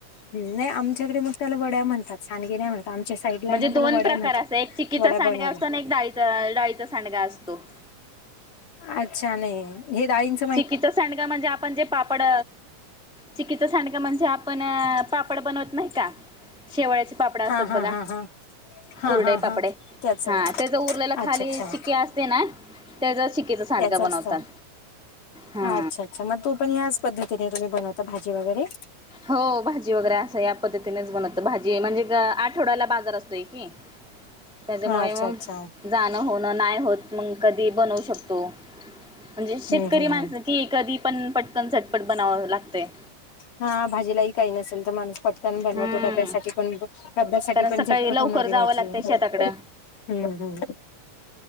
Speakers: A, on the left; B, in the centre.
A: नाही आमच्याकडे मग त्याला वड्या म्हणतात. सांगे नाही म्हणतात आमच्या साइडलाना
B: म्हणजे
A: त्याला
B: दोन
A: वड्या म्हणतात
B: एक चिक्कीचा
A: वड्या
B: सांडगा
A: बनवल्या
B: असत डाळीचा सांडगा असतो.
A: अच्छा नाही हे डाळिंचं
B: चिककीचं सांडग म्हणजे आपण जे पापड चिक्कीचा सांडका म्हणजे आपण पापड बनवत नाही का? शेवळ्याचे पापड असतात
A: हा हा
B: बघा
A: हा हा हा
B: कुरडेई,
A: हा
B: पापडे
A: हा त्याच
B: हा
A: आहे
B: त्या ज उरलेला
A: अच्छा
B: खाली
A: अच्छा
B: चिक्के असतेना त्याच्या चिक्कीचा सांडगा
A: त्याच
B: बनवतात.
A: असत.
B: हा
A: अच्छा, अच्छा मग तो पण याच पद्धतीने तुम्ही बनवता भाजी वगैरे?
B: हो भाजी वगैरे असं या पद्धतीनेच बनवत भाजी म्हणजे आठवड्याला बाजार असतोय की. त्याच्यामुळे
A: हा अच्छा
B: मग
A: अच्छा
B: जाण होणं नाही होत मग कधी बनवू शकतो. म्हणजे शेतकरी
A: हम्म हम्म
B: माणसं
A: हम्म
B: की ए कधी पण पटकन, झटपट बनावं लागते.
A: हा भाजीलाही काही नसेल तर माणूस पटकन बनवतो
B: हम्म
A: डब्यासाठी पण डब्यासाठी
B: कारण
A: पण
B: सकाळी
A: झटपट
B: लवकर
A: होणारी
B: जावं
A: भाजी
B: लागतंय
A: हम्म,
B: शेताकडं
A: हम्म.